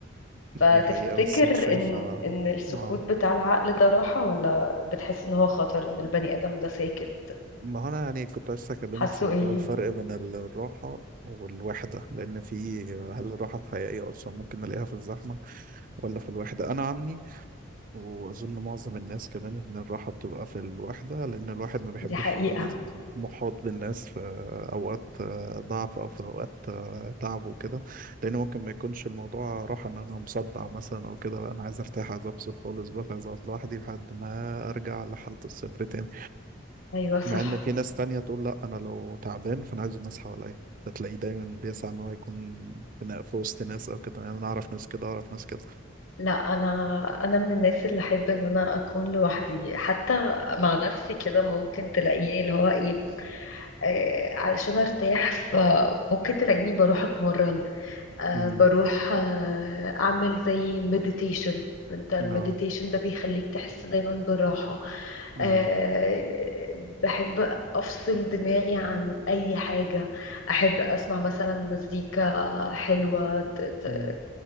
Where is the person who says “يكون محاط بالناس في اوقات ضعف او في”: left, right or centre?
Right